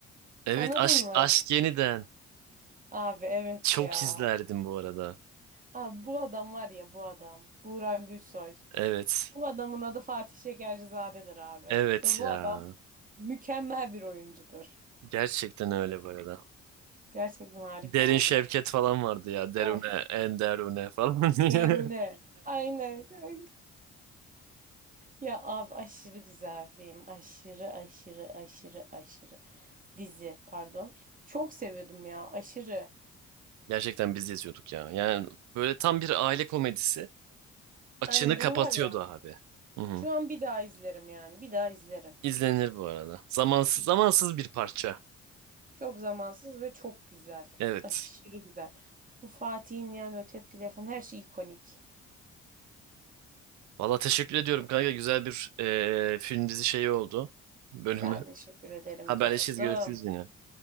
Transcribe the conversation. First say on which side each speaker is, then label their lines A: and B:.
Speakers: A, on the right; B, on the right.
A: evet
B: Tanıdın
A: aşk
B: mı?
A: aşk yeniden.
B: Abi evet
A: Çok
B: ya.
A: izlerdim bu arada.
B: Abi, bu adam var ya bu adam. Buğra Gülsoy.
A: Evet.
B: Bu adamın adı Fatih Şekercizade'dir abi.
A: Evet
B: Ve bu
A: ya.
B: adam mükemmel bir oyuncudur.
A: Gerçekten öyle bu arada.
B: Gerçekten harika
A: Derin
B: abi.
A: Şevket falan vardı ya. Derune,
B: Of.
A: en derune falan <laughs> diye.
B: Derune. Aynen kanka. Ya abi aşırı güzel film. Aşırı aşırı aşırı aşırı. Dizi pardon. Çok seviyordum ya aşırı.
A: Gerçekten biz yazıyorduk ya. Yani böyle tam bir aile komedisi. Açığını
B: Aynen
A: kapatıyordu
B: bunu var ya.
A: abi. Hı hı.
B: Şu an bir daha izlerim yani. Bir daha izlerim.
A: İzlenir bu arada. Zamansız, zamansız bir parça.
B: Çok zamansız ve çok güzel.
A: Evet.
B: Aşırı güzel. Bu Fatih'in yani o tepkileri falan her şey ikonik.
A: Valla teşekkür ediyorum kanka. Güzel bir eee film dizi şeyi oldu. Bölümü.
B: Ben teşekkür ederim
A: Haberleşiriz.
B: dostum.
A: Görüşürüz yine.